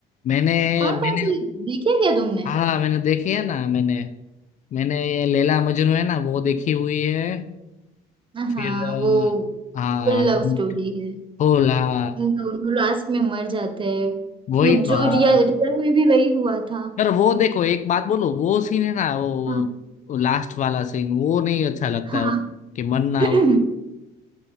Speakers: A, on the left (about 45°); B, on the right (about 30°).
A: मैंने
B: कौन
A: मैंने
B: कौन सी देखी है क्या तुमने
A: हाँ मैंने देखी है ना मैंने मैंने ये लैला मजनू है ना वो देखी हुई है
B: हाँ
A: फिर
B: वो
A: अ, हाँ
B: फुल लव स्टोरी है
A: फूल हाँ
B: दोनों लास्ट में मर जाते हैं
A: वही
B: फिर
A: तो
B: जो
A: हाँ
B: रियल रियल में भी वही हुआ था
A: यार वो देखो एक बात बोलो वो सीन है ना वो,
B: हाँ
A: वो लास्ट वाला सीन वो नहीं अच्छा लगता
B: हाँ
A: है कि मन ना
B: <clears throat>
A: हो